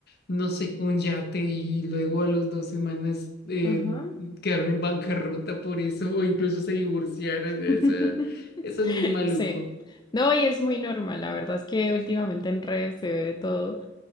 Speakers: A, on the left; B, on the left.
A: no sé, un yate y luego a las dos semanas eh,
B: ajá.
A: quedaron en bancarrota por eso o incluso se divorciaron. Esa-
B: <laughs>
A: eso es muy maluco.
B: Sí. No, y es muy normal. La verdad es que últimamente en redes se ve de todo.